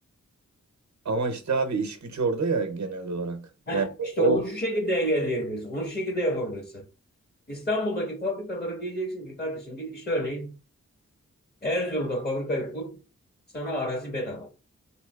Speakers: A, on the right (about 70°); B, on the left (about 35°).
A: Ama işte abi iş güç orada ya genel olarak.
B: Heh,
A: Yani
B: işte
A: o
B: onu şu şekilde engelleyebilirsin, onu şu şekilde yapabilirsin. İstanbul'daki fabrikalara diyeceksin ki kardeşim git işte örneğin Erzurum'da fabrikayı kur sana arazi bedava.